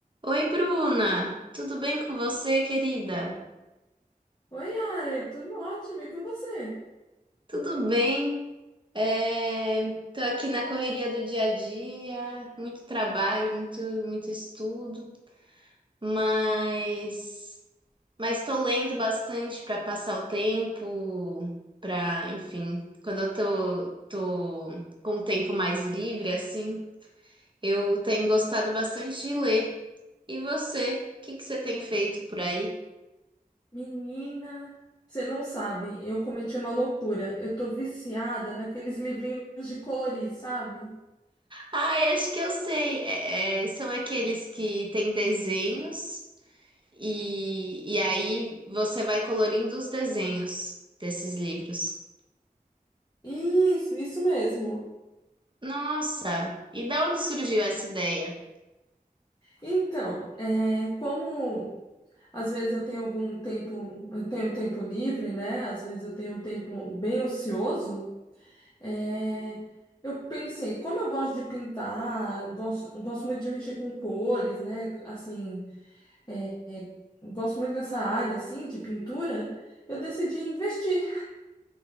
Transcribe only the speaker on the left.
Oi, Yara, tudo ótimo, e com você?
Menina, você não sabe, eu cometi uma loucura. Eu tô viciada naqueles livrinhos de colorir, sabe?
Isso, isso mesmo.
Então, é, como às vezes eu tenho algum tempo, eu tenho tempo livre, né? Às vezes eu tenho um tempo bem ocioso. é, eu pensei, como eu gosto de pintar, gosto, gosto muito de mexer com cores, né? Assim, é, é, gosto muito dessa área, assim, de pintura, eu decidi investir.